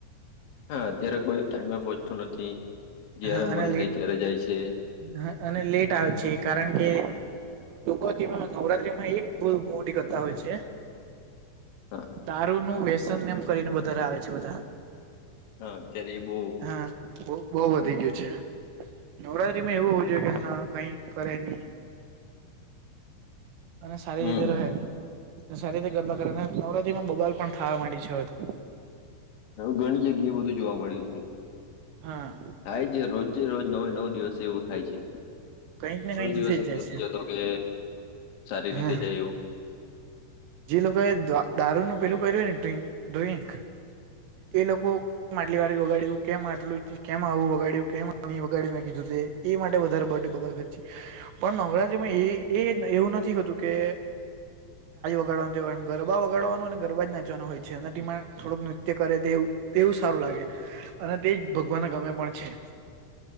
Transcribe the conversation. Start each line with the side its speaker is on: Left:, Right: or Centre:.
Left: હા અત્યારે કોઈ ટાઈમે પહોંતું નથી. જયારે
Right: હા અને
Left: મન
Right: લેટ
Left: થાય ત્યારે જાય છે
Right: હ અને લેટ આવે છે કારણ કે ટૂક તેમાં નવરાત્રી માં એક બ મો મોટી કરતા હોય છે.
Left: હા
Right: તારૂ નું વ્યસન એમ કરીને વધારે આવે છે બધા.
Left: હ.
Right: હા બ બહુ વધી ગયું છે. નવરાત્રીમાં એવું હોવું જોઈએ કે હા કઈ કરે નહી. અને સારી
Left: હમ
Right: રીતે રહે સારી રીતે ગરબા કરે અને નવરાત્રી માં બબાલ પણ થવા માંડી છે. હોવે તો
Left: હવે ઘણી જગ્યા એ બધું જોવા મળ્યું છે.
Right: હા
Left: થાય છે રોજે રોજ નવે નવ દિવસે એવું થાય છે
Right: કઈક ને
Left: કોઈ
Right: કઈક
Left: દિવસ
Right: તો થઈ જ
Left: એવું
Right: જાય
Left: નથી
Right: છે
Left: જતો. તો કે સારી રીતે
Right: હા
Left: જાય ઉ.
Right: જે લોકોએ દારૂનું પેલું કર્યું હો ને ડ ડ્રિંક. એ લોકોમ આટલી વાર જોગાડું કેમ આટલું કેમાં આવું વગાડ્યું કે નહી વગાડી મે કીધું એ માટે વધારે બગ ખર્ચી પણ નરા. એવું નથી હોતું કે. વગાડવા ગરબા વગાડવાનું અને ગરબા જ નાચવાનું હોય છે એ ટમાં થોડક નૃત્ય કરે તેવું તેવું સારું લાગે અને તે જ ભગવાનને ગમે પણ છે.